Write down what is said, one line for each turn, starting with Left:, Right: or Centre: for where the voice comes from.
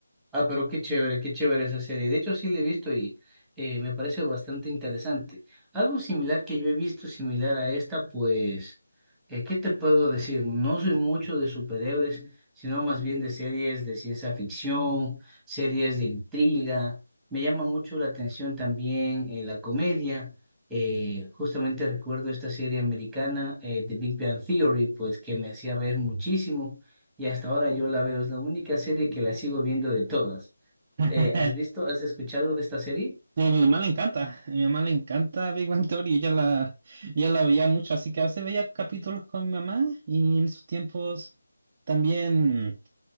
Centre: Ah, pero qué chévere, qué chévere esa serie. De hecho, sí la he visto y eh, me parece bastante interesante. Algo similar que yo he visto, similar a esta, pues, eh, ¿qué te puedo decir? No soy mucho de superhéroes, sino más bien de series de ciencia ficción, series de intriga. Me llama mucho la atención también eh, la comedia. Eh, justamente recuerdo esta serie americana, eh, The Big Bang Theory, pues que me hacía reír muchísimo. Y hasta ahora yo la veo, es la única serie que la sigo viendo de todas.
Right: <laughs>
Centre: Eh, ¿has visto, has escuchado de esta serie?
Right: Y A mi mamá le encanta, a mi mamá le encanta Big Bang Theory, ella la, ella la veía mucho, así que a veces veía capítulos con mi mamá y en esos tiempos también